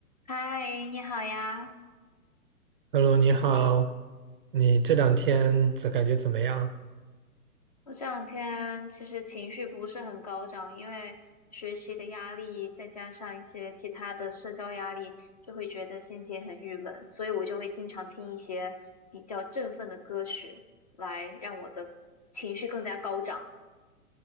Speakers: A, on the left; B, on the right.
A: 嗨，你好呀！
B: Hello，你好，你这两天怎感觉怎么样？
A: 我这两天其实情绪不是很高涨，因为学习的压力，再加上一些其他的社交压力，就会觉得心情很郁闷，所以我就会经常听一些比较振奋的歌曲，来让我的情绪更加高涨。